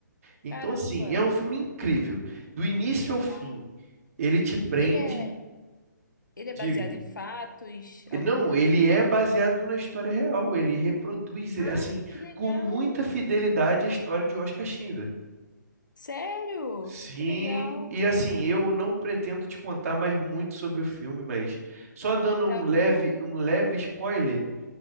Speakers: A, on the right; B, on the left.
A: Então,
B: Caramba.
A: assim, é um filme incrível. Do início
B: Que legal.
A: ao fim, ele te prende.
B: Ele é, ele é baseado
A: Diga.
B: em fatos, alguma
A: Não,
B: coisa
A: ele
B: do tipo.
A: é baseado na história real, ele reproduz,
B: Ah,
A: assim,
B: que legal.
A: com muita fidelidade a história de Oscar Schindler.
B: Sério?
A: Sim,
B: Que legal.
A: e assim, eu não pretendo te contar mais muito sobre o filme, mas só dando
B: Tá
A: um leve,
B: bom.
A: um leve spoiler,